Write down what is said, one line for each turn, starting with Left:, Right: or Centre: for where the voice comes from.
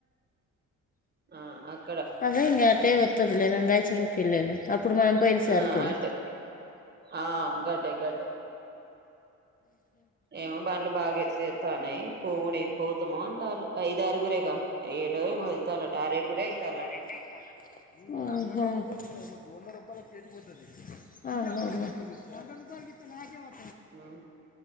Right: ఆహ్ అగ్.
Left: అదే ఇంగటే ఒతాదిలే రంగాయచేరుకేలీ. ఇప్పుడు మనం పోయిన్ సార్కెల్
Right: ఆ అటే ఆ గటే గటే ఏమో బండ్లు బాగా ఎత్తేత్తన్నాయి పోవుడు ఏం పోతమో అంటాన్లు ఐదారుగురేగా ఏడు ఏమో వెళ్తారంటా ఆరు ఏడ్గుగురెయితార్.
Left: ఆహ్. ఆహ్ అదే అదే.
Right: ఉమ్.